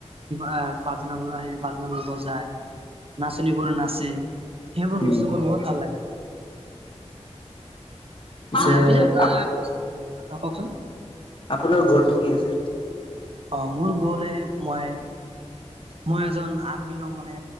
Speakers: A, on the right; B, on the left.
A: আ বাজনাবোৰ আহে বাজনা বোৰ বজায়। নাচনী বোৰ নাচে, সেইবোৰ বস্তু
B: উম
A: মোৰ বহুত ভাল লাগে।
B: পিছে
A: অঁহ পিচে আপোনাৰ
B: আপ
A: অঁহ কওকচোন
B: আপোনাৰ গো'লটো কি আছিল?
A: অঁহ মোৰ গোলে মই মই এজন আৰ্মি হম মানে।